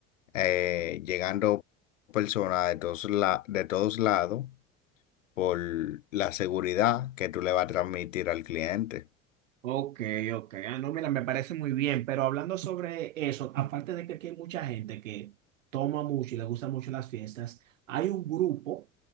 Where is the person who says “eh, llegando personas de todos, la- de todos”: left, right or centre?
Left